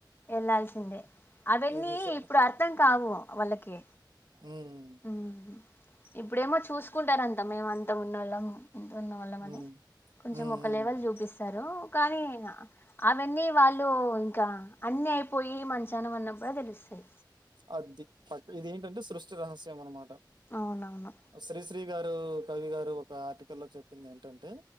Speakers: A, on the left; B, on the right.
A: వెళ్లాల్సిందే అవన్నీ
B: ఇది స
A: ఇప్పుడు అర్థం కావు వాళ్ళకి
B: ఊ ఉమ్
A: ఉమ్ ఇప్పుడేమో చూసుకుంటారంతా మేమం త ఉన్నోళ్ళం ఇంత ఉన్నోళ్ళం
B: హ్మ్.
A: అని కొంచెం
B: హ్మ్.
A: ఒక
B: హ్మ్.
A: లేవెల్ చూపిస్తారు. కానీ అవన్నీ వాళ్ళు ఇంకా అన్ని అయిపోయి మంచానా పడినప్ ప్పుడు తెలుస్తాయి.
B: అద్ది ప ఇది ఏంటంటే సృష్టి రహస్యం అనమాట
A: అవునవును
B: శ్రీశ్రీ ఎవరో కవి గారు ఒక ఆర్టికల్ లో చెప్పింది ఏంటంటే